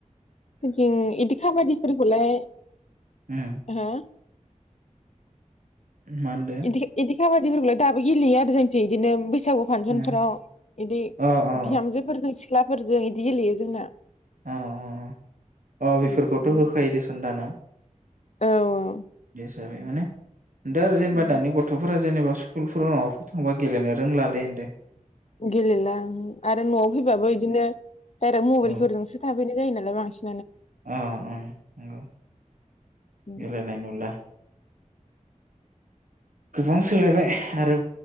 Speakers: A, on the left; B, on the right.
A: बिदि इदि खाबादिफोरखौलाय
B: उम
A: हा
B: मा होनदो
A: इदि इदि खाबादिफोरखौलाय दाबो गेलेयो आरो जोंनिथिं बिदिनो बैसागु फांसनफोराव
B: उम
A: बिदि
B: अ अ
A: बिहामजोफोर सिख्लाफोरजों इदि गेलेयो जोंना
B: अ अ अ बेफोरखौथ'
A: उम इदि
B: होखायो दोसन दाना
A: औ औ
B: जाबाय माने जेनेबा
A: उम
B: दानि गथ'फोरा जेनेबा स्कुलफोराव माबाफोर थांबा गेलेनो रोंलालै होनदों
A: गेलेला आरो न'आव फैबाबो बिदिनो डाइरेक्ट मबलफोरजोंसो
B: औ
A: थाफैयो बिनो जायो नालाय बांसिन
B: अ औ नंगौ
A: उम
B: गेलेनाय नुला गोबां सोलायबाय आरो